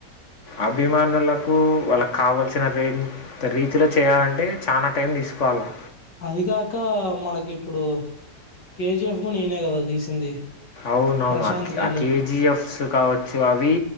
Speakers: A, on the left; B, on the left.
A: అభిమానులకు వల కావల్సిన రేంజ్ రీతిలో చేయాలంటే చానా టైం తీసుకోవాలా
B: అది గాక మనకి ఇప్పుడు కే జీ ఎఫ్ కు నేనే గదా తీసింది
A: అవునవును
B: ప్రశాంత్ నీలు
A: ఆ కేజీఎఫ్స్ కావచ్చు అవి